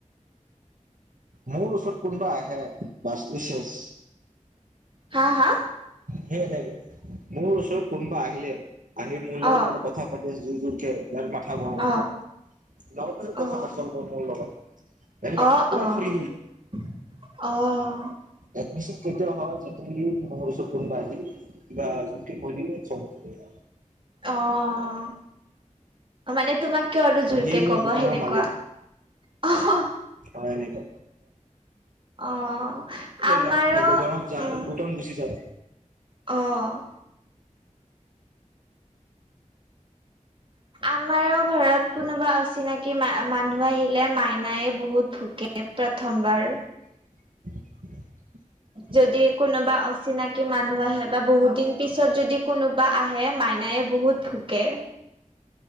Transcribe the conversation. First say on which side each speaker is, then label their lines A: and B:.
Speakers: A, on the right (about 85°); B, on the right (about 40°).
A: মোৰ ওচৰত কোনবা আহে বাছ ই চেছ।
B: হা হা
A: সেই এনেকে, মোৰ ওচৰত কোনোবা আহিলে আহি মোৰ লগত
B: অ
A: বোলে কথা পাতি জোৰ জোৰকে ইয়াৰ পাঠ গৰম
B: অ
A: যাব, গাঁৱত আৰু
B: অ
A: কথা পাতিব নকৰ মোৰ লগত। মানে
B: অ',
A: বাকী পুৰা ফ্ৰী
B: অ', অ'।
A: একমিচিক কেতিয়াও হয় যিটো সি মুৰ উচত কোনবা আহি কিবা যুৰকে কৈ দিলে খং উঠি যাই।
B: অ', মানে তোমাক কিয় আৰু জোৰকে
A: সি মোৰ
B: কব
A: দোকানৰ
B: সেনেকুৱা।
A: মালিক
B: আহা।
A: হয় এনেকা।
B: অ, আমাৰো
A: ইয়াক যে গোডাউনত যা
B: উম,
A: গোডাউন গুচি যায়
B: অ'। আমাৰো ঘৰত কোনোবা অচিনাকি মানুহ আহিলে মাইনাই বহুত ভকে প্ৰথমবাৰ
A: <inaudible>
B: যদি কোনোবা অচিনাকি মানুহ আহে বা বহুত দিন পিছত যদি কোনোবা আহে মাইনায়ে বহুত থুকে।